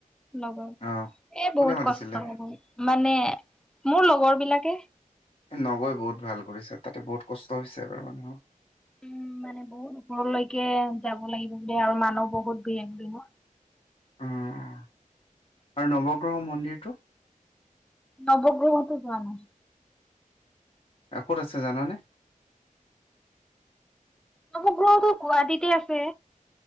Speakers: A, in the centre; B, on the left.
A: লগৰ
B: অ
A: এ
B: কোনে
A: বহুত
B: মাতিছিলে
A: কষ্ট হব মানে মোৰ লগৰ বিলাকে
B: নগৈ বহুত ভাল কৰিছে তাতে বহুত কষ্ট হৈছে এবাৰ মানুহৰ।
A: উম মানে বহুত ওপৰলৈকে যাব লাগ- যে আৰু মানুহ বহুত ভিৰ থাকিব।
B: উম আৰু নৱগ্ৰহ মন্দিৰটো?
A: নৱগ্ৰহটো যোৱা নাই।
B: ক'ত আছে জানা নে?
A: মোৰ ঘৰতো গুৱাহাটীতে আছে।